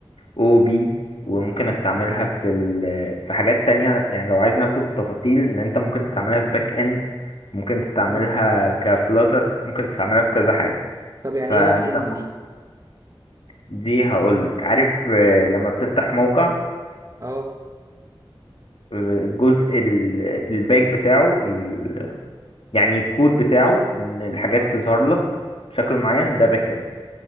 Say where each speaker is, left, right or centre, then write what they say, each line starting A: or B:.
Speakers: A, on the left (about 80°); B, on the right (about 35°).
A: أو بي وممكن استعملها في ال في حاجات تانية يعني لو عايز ندخل في تفاصيل إن أنت ممكن تستعملها في باك إند ممكن تستعملها
B: مم.
A: كفلاتر ممكن تستعملها في كذا حاجة
B: طب يعني
A: فأنت
B: إيه باك إند دي؟
A: دي هقولك عارف آه، لما بتفتح موقع
B: أه
A: آه، الجزء ال- الباك بتاعه ال... يعني الكود بتاعه ان الحاجات
B: أه
A: تظهر لك بشكل معين ده باك اند